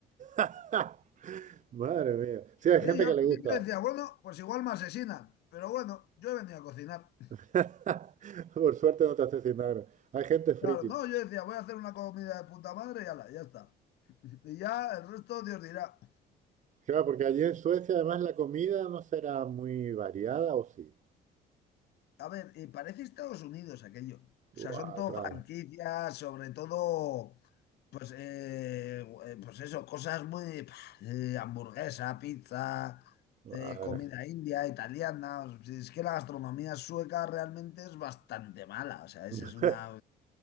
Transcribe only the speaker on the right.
<laughs> Madre mía. Sí, hay
gente
que
le
gusta.
<laughs> Por suerte no te asesinaron. Hay gente friki.
Claro, porque allí en Suecia además la comida no será muy variada, ¿o sí?
Buah,
claro,
madre.
<laughs>